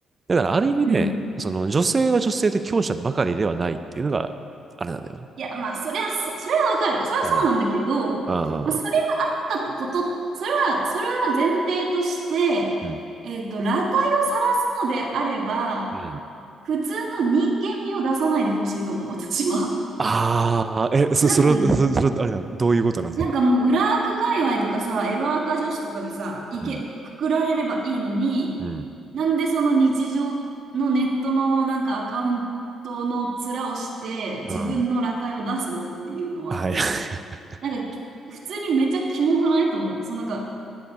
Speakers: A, on the right; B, on the right.
A: だからある意味ね、
B: うん。
A: その女性は女性で強者ばかりではないっていうのが、あれなんだよね。
B: いや、まあ、そりゃそう、それはわかる。それはそうなんだけど、
A: うん。うん。
B: まあ、それはあったこと、それは、それは前提として、
A: うん。
B: えっと、裸体を晒すのであれば、
A: うん。
B: 普通の人間味を出さないでほしいと思う、私は。
A: ああ、
B: <laughs>
A: え、そ、
B: なんていうの
A: それは、そそれは、あれだ、どういうことなの、それは。
B: なんかもう、裏垢界隈とかさ、エロ垢女子とかでさ、いけ、
A: うん。
B: くくられればいいのに、
A: うん。
B: なんでその日常のネットのなんかアカウントの面をして、自分の裸体を出すのっていうのは思う。
A: ああ、はい。<laughs>
B: なんか、普通にめっちゃキモくないと思う。そのなんか、